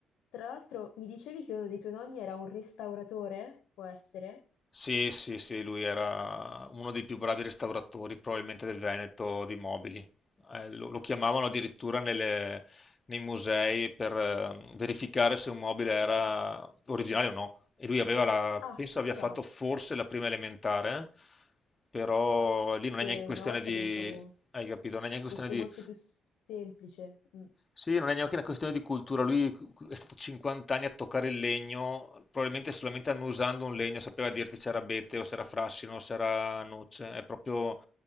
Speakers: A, on the left; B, on the left.
A: tra l'altro mi dicevi che uno dei tuoi nonni era un restauratore? Può essere?
B: Sì, sì, sì, lui era uno dei più bravi restauratori probabilmente del Veneto di mobili. Eh, lo, lo chiamavano addirittura nelle- nei musei per eh, verificare se un mobile era originale o no. E lui aveva la,
A: Ah,
B: penso abbia
A: però,
B: fatto forse la prima elementare, però lì
A: se
B: non è neanche questione
A: una volta
B: di,
A: pensavo
B: hai capito, non è neanche questione
A: fosse
B: di
A: molto più s- semplice. Mm,
B: sì, non è neanche una questione di cultura, lui è stato 50 anni a toccare il legno, probabilmente solamente annusando un legno sapeva dirti se era abete o se era frassino o se era noce, è proprio